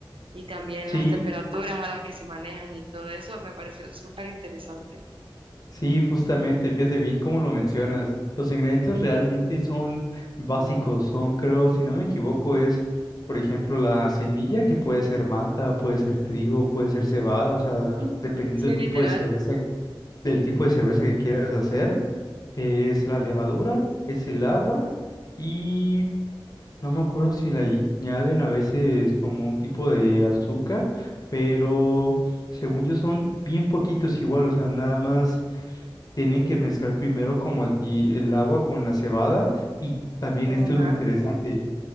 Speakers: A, on the right; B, on the left.
A: y también
B: Sí,
A: las temperaturas a las que se manejan y todo eso me pareció súper interesante.
B: sí, justamente, fíjate bien cómo lo mencionas. Los ingredientes realmente son básicos, son, creo, si no me equivoco, es, por ejemplo, la semilla, que puede ser malta, puede ser trigo, puede ser cebada, o sea,
A: Ujú,
B: dependiendo
A: Sí,
B: del tipo
A: literal.
B: de cerveza, del tipo de cerveza que quieras hacer. Es la levadura, es el agua y no me acuerdo si le añaden a veces como un tipo de azúcar, pero según yo son bien poquitos igual, o sea, nada más tienen que mezclar primero como el, ti- el agua con la cebada y también
A: Ajá,
B: esto es lo interesante,